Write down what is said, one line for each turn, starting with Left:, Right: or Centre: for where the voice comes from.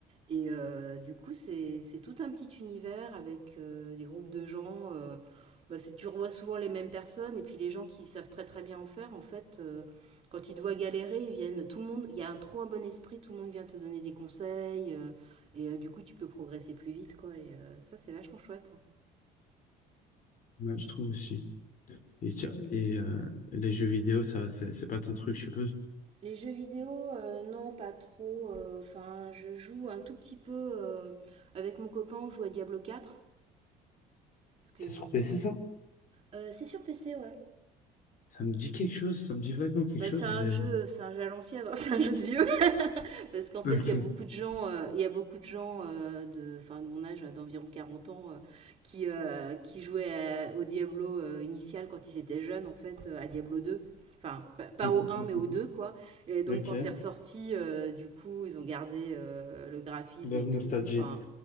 Right: Et euh, du coup, c'est c'est tout un petit univers avec euh, des groupes de gens. euh, bah, c'est- tu revois souvent les mêmes personnes, et puis les gens qui savent très très bien en faire, en fait, euh, quand ils te voient galérer, ils viennent. Tout le monde, il y a un, trop un bon esprit, tout le monde vient te donner des conseils, euh, et euh, du coup, tu peux progresser plus vite, quoi. Et euh, ça, c'est vachement chouette.
Left: Ouais, je trouve aussi. Et, tu- et, euh, les jeux vidéo, ça, c'est c'est pas ton truc, je suppose.
Right: Les jeux vidéo, euh, non, pas trop. euh, Enfin, je joue un tout petit peu euh, avec mon copain, on joue à Diablo 4, parce que.
Left: C'est sur PC, ça?
Right: Euh, c'est sur PC, ouais.
Left: Ça me dit quelque chose, ça me dit vaguement quelque
Right: bah,
Left: chose.
Right: c'est un
Left: j'ai-
Right: vieux, c'est un jeu à l'ancienne, hein, <laughs> c'est un jeu de vieux. <laughs> Parce qu'en fait,
Left: Ok.
Right: il y a beaucoup de gens, euh, il y a beaucoup de gens euh, de, enfin, de mon âge, euh, d'environ 40 ans, euh, qui, euh, qui jouaient à- au Diablo euh, initial quand ils étaient jeunes, en fait, euh, à Diablo 2. Enfin, pa- pas
Left: Mm,
Right: au
Left: mm,
Right: 1, mais au
Left: mm, mm.
Right: 2, quoi. Et donc,
Left: Ok.
Right: quand c'est ressorti, euh, du coup, ils ont gardé euh, le graphisme
Left: La
Right: et
Left: nostalgie.
Right: tout. Enfin,